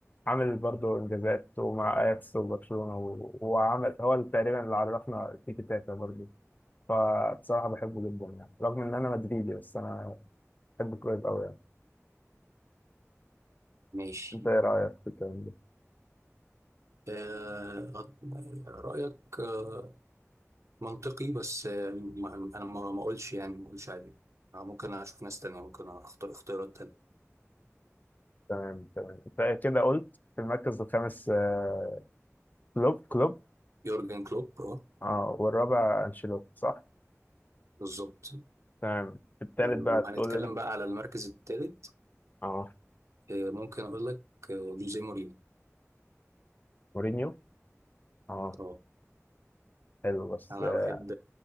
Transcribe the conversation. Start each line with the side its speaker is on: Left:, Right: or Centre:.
Left: عامل برضه انجازات ومع اياكس وبرشلونة و- وعمل هو اللي تقريبا اللي عرفنا التيكي تاكا برضه فبصراحة بحبه جدا يعني رغم ان انا مدريدي بس انا بحب كرايف قوي يعني
Right: ماشي
Left: انت ايه رأيك في الكلام ده؟
Right: آه رايك آه منطقي بس آه ما- انا ما ما اقولش يعني ما اقولش عليه آه، ممكن اشوف ناس تانية ممكن اختار اختيارات تانية
Left: تمام تمام انت كده قلت في المركز الخامس آه، كلوب كلوب
Right: يورجن كلوب اه
Left: اه والرابع انشيلوتي صح
Right: بالظبط
Left: تمام في التالت
Right: لو
Left: بقى
Right: هنتكلم
Left: تقول ان
Right: بقى على المركز الثالث
Left: اه
Right: ممكن اقول لك آه، جوزيه مورينيو
Left: مورينيو اه
Right: اه
Left: حلو بس
Right: انا
Left: آه،
Right: بحب